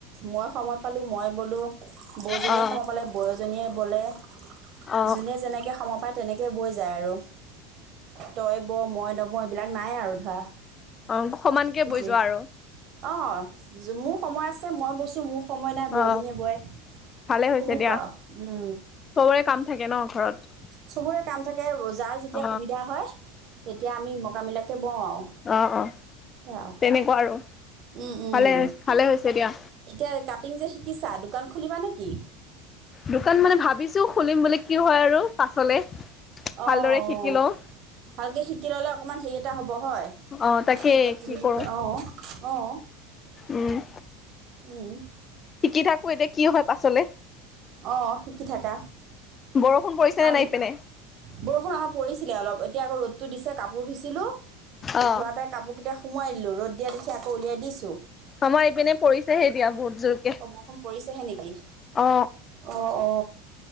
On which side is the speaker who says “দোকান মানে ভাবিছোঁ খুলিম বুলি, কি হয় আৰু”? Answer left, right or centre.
Left